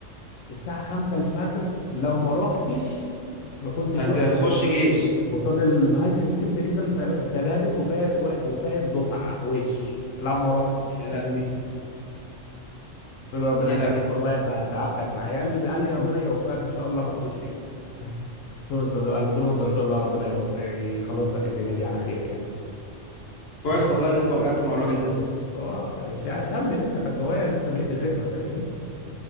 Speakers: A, on the left; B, on the left.
A: الساعة خمسة الفجر لو ما روحتش ما كنتش
B: هت...
A: واقف
B: هتخش جيش
A: قصاد الهايك ستيب كده انت انت لابس وفايق وفايق دفعة وش لو ما روحتش
B: يا لهوي
A: <laughs> قلت له ربنا
B: يا
A: يخليك
B: لهوي
A: والله انت تعبتك معايا قال لي قال لي ربنا يوفقك ان شاء الله ما تخشش بس قلت له انت قلت له انت ان شاء الله ربنا يوفق يخلص لك الدنيا دي على خير يعني
B: كويس
A: وشاب
B: والله ان انت وقعت مع الراجل ده
A: هو شا- شاب لسه كان صغير لسه بيقضي خدمة فاهمني